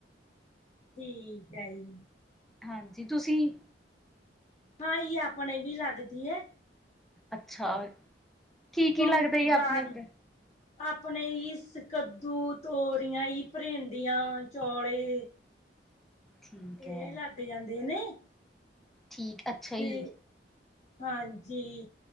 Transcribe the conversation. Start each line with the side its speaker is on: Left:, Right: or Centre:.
Left: ਠੀਕ ਹੈ ਜੀ,
Centre: ਹਾਂਜੀ, ਤੁਸੀਂ?
Left: ਹਾਂ ਆਪਣੇ ਵੀ ਲੱਗਦੀ ਹੈ।
Centre: ਅੱਛਾ, ਕੀ
Left: ਕਿਉਕਿ
Centre: ਕੀ ਲੱਗਦਾ ਜੀ
Left: <unintelligible>
Centre: ਆਪਣੇ ਫਿਰ
Left: ਆਪਣੇ ਹੀ ਕੱਦੂ, ਤੋਰੀਆਂ, ਭਿੰਰਡੀਆਂ ਚੌਲੇ।
Centre: ਠੀਕ
Left: ਇਹ
Centre: ਹੈ
Left: ਲੱਗ ਜਾਂਦੇ ਨੇ
Centre: ਠੀਕ ਅੱਛਾ
Left: ਤੇ,
Centre: ਜੀ
Left: ਹਾਂਜੀ,